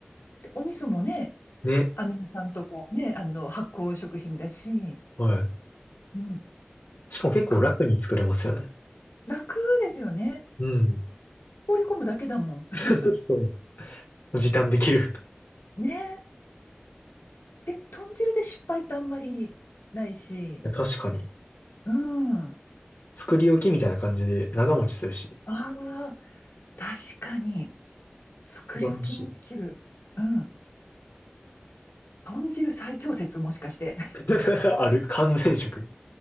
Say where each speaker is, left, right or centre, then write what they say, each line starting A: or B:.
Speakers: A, on the left; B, on the left.
A: でお味噌もね、
B: ね。
A: アミノ酸とかね、あの、発酵食品だし、
B: はい。
A: うん、
B: しかも結構楽に作れますよね。
A: か楽ですよね。
B: うん。
A: 放り込むだけだもん。<laughs>
B: <laughs> そう。時短できる。い
A: ね。で、豚汁で失敗ってあんまりないし、
B: や確かに。
A: うん。あ
B: 作り置きみたいな感じで長持ちするし、
A: あ、確かに、作り置きもできる。
B: 一番欲しい。
A: うん。豚汁最強説、もしかして。<laughs>
B: <laughs> ある。完全食。